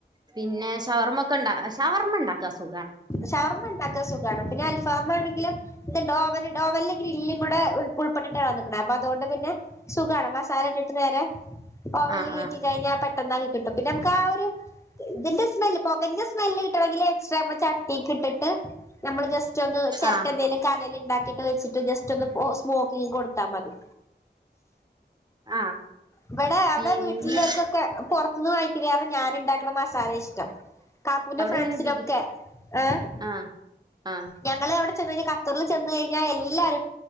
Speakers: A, on the right; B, on the left.
A: പിന്നെ ഷവർമ ഒക്കെ ഇണ്ട ഷവർമ ഇണ്ടാക്കാം സു
B: ഷവർമ ഇണ്ടാക്കാ സുഖാണ് പിന്നെ അൽഫാമാണെങ്കിലും ഡോവൽ ഡോവലില് ഗ്രില്ലും കൂടെ ഉൾ ഉൾപ്പെട്ടിട്ടാവന്ന്ക്ക്ണ അപ്പ അതൊണ്ട് പിന്നെ സുഖാണ് മസാല ഇട്ടിട്ട് നേരെ ഓവൻല്
A: ആഹ്
B: കേറ്റി
A: ആഹ്
B: കിഴിഞാ പെട്ടന്ന് ആയി കിട്ടും പിന്നെ നമുക്ക് ആ ഒര് ഇതിന്റെ സ്മെല് പൊക്കഞ സ്മെല് കിട്ടണെങ്കിൽ എക്സ്ട്രാ ഞമ്മൾ തീക്ക് ഇട്ടിട്ട് നമ്മൾ ജസ്റ്റ് ഒന്ന് ചെര്ട്ട
A: ആഹ്
B: എന്തേലും കനല് ഇണ്ടാക്കിട്ട് വെച്ചിട്ട് ജസ്റ്റ് ഒന്ന് സ്മോക്കിങ് കൊടുത്താ മതി
A: ആഹ്
B: ഇവടെ അവ്ടെ
A: പിന്നെ
B: വീട്ടില്ഇള്ളോര്കൊക്കേ പൊറത്ത്ന്ന് വാങ്ങിക്ക് ണേറെ ഞാൻ ഇണ്ടാക്ക്ണ മസാലേ ഇഷ്ടം കാക്കുന്റെ
A: അവിടെ
B: ഫ്രണ്ട്സിനൊക്കെ
A: എങ്ങനെ ബിരി
B: ഏഹ്
A: ആഹ് ആഹ്
B: ഞങ്ങള് അവടെ ചെന്ന് കഴിഞ്ഞാ ഖത്തറിൽ ചെന്ന് കഴിഞ്ഞാ എല്ലാരും